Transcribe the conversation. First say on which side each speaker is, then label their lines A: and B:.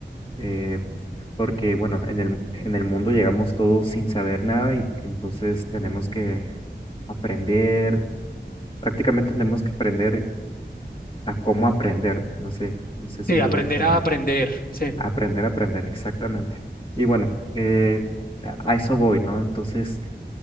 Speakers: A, on the left (about 30°); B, on the left (about 55°).
A: eh, porque bueno, en el, en el mundo llegamos todos sin saber nada y entonces tenemos que aprender, prácticamente tenemos que aprender a cómo aprender, no sé, no sé si
B: Sí,
A: me
B: aprender
A: doy a entender.
B: a aprender, sí.
A: Aprender, aprender, exactamente. Y bueno, eh, a a eso voy, ¿no? Entonces,